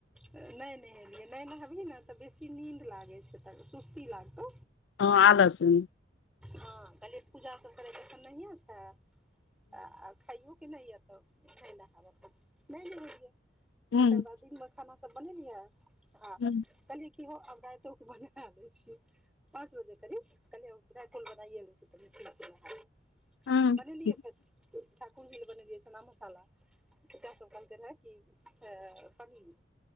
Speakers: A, in the centre; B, on the left (about 80°).
A: नहि नहेलियै नहि नहबही ने तऽ बेसी नीन्द लागै छै तऽ सुस्ती लागतौ
B: हँ आलस मे
A: हँ कहलिए पूजा सब करैके अखन नहिए छै तऽ खाइयो कि नहि य तऽ नहि नहायब अपन नहि नहेलियै
B: हूँ
A: तकर बाद दिनमे खाना सब बनेलियै आ
B: हूँ
A: कहलियै कि हो आब रातियो के बने दै छीयै पांच बजे करीब कहलियै फुल बनाइये लै चीयै तऽ स
B: हूँ
A: बनेलियै फेर ठाकुर जी ले बनेलियै चनाा मसाला बच्चा सब कहलकै राखि क अ पनीर